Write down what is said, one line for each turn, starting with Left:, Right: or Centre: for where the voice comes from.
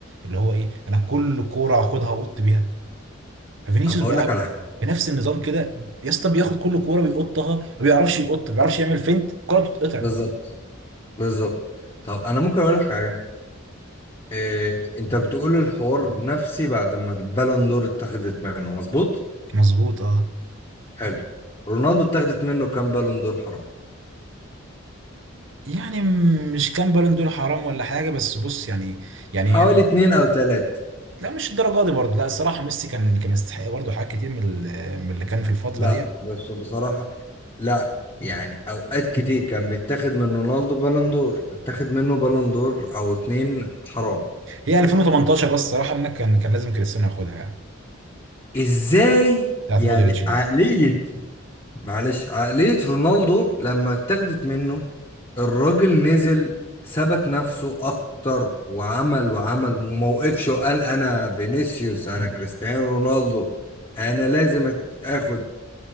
Right: اللي هو ايه انا كل كوره هاخدها اقط بيها ففينيسيوس
Left: طب هقول
Right: بقى
Left: لك على حاجه
Right: بنفس النظام كده يا اسطى بياخد كل كوره بيقطها ما بيعرفش يقط ما بيعرفش يعمل فينت الكوره بتتقطع
Left: بالظبط بالظبط طب انا ممكن اقول لك حاجه إيه انت بتقول الحوار نفسي بعد ما البالون دور اتاخدت منه مظبوط
Right: مظبوط اه
Left: حلو رونالدو اتاخدت منه كام بالون دور حرام
Right: يعني م- مش كان بالون دور حرام ولا حاجه بس بص يعني يعني
Left: حوالي
Right: يعني
Left: اتنين او تلاتة
Right: لا مش الدرجه دي برضه لا الصراحه ميسي كان كان يستحق برضه حاجات كتير من ال- من اللي كان في الفتره
Left: لا
Right: دي
Left: بس بصراحه لا يعني اوقات كتير كان بيتاخد من رونالدو بالون دور اتاخد منه بالون دور او اتنين حرام
Right: هي 2018 بس الصراحه انك كان كان لازم كريستيانو ياخدها يعني
Left: ازاي
Right: بتاعت
Left: يعني
Right: مودريتش دي
Left: عقلية معلش عقلية رونالدو لما اتاخدت منه الراجل نزل ثبت نفسه اكتر وعمل وعمل وموقفش وقال انا فينيسيوس انا كريستيانو رونالدو انا لازم أت- اخد